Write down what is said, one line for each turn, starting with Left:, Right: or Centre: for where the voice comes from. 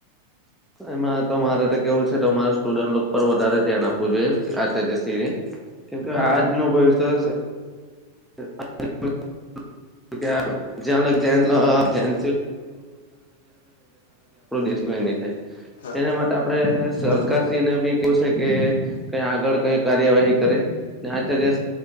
Centre: એમાં તો મારે કેવું છે અમારે સ્ટુડન્ટ લોક પર વધારે ધ્યાન આપવું જોઈએ આચાર્ય <unintelligible> કેમ કે
Left: હા
Centre: આજ નુ <unintelligible> <inaudible> <inaudible> <unintelligible> તા લગી આપણું દેશ કઈ ની થાય
Left: હા
Centre: તેના માટે આપણે સરકાર
Left: હમ
Centre: શ્રી ને ભી છે કે કઈ આગળ કઈ કાર્યવાહી કરે ને આચાર્ય